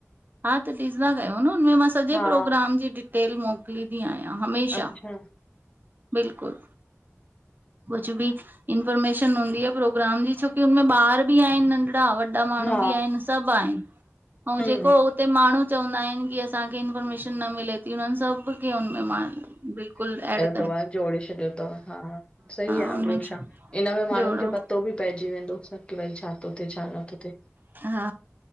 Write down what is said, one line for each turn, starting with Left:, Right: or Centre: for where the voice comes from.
Right: हा त ॾिसंदा कयो न, हुनमे मां सॼे
Left: हा
Right: प्रोग्राम जी डिटेल मोकिलींदी आहियां हमेशा।
Left: अच्छा
Right: बिल्कुलु, कुछु भी। इंफॉर्मेशन हूंदी आ प्रोग्राम जी, छोकी हुनमें ॿार बि आहिनि नंढरा वॾा वॾा माण्हू
Left: हा
Right: बि आहिनि सभु आहिनि। अऊं
Left: हम्म
Right: जेको हुते माण्हू चवंदा आहिनि कि असांखे इंफॉर्मेशन न मिले ती। हुननि सभ खे हुनमें मां बिल्कुलु ऐड
Left: तव्हां जोड़े छॾियो तव, हा ह सही आ
Right: हुनमें
Left: ॿियो छा, इन में माण्हुनि
Right: जोड़ो
Left: जो प पतो बि पइजी वेंदो सभु कि भई छा तो थे छा न थो थे।
Right: हा,